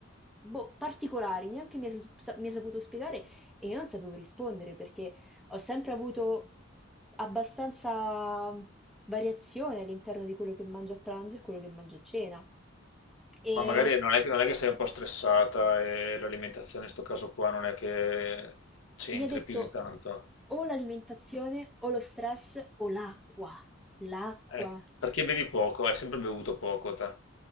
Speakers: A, in the centre; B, on the left.
A: boh, particolari, neanche mi ha s sa mi ha saputo spiegare e io non sapevo rispondere perché ho sempre avuto abbastanza variazione all'interno di quello che mangio a pranzo e quello che mangio a cena. E
B: Ma magari non è che, non è che sei un po' stressata e l'alimentazione in questo caso qua non è che c'entri
A: Mi ha detto
B: più di tanto.
A: o l'alimentazione o lo stress o l'acqua, l'acqua.
B: Eh, perché bevi poco? Hai sempre bevuto poco te.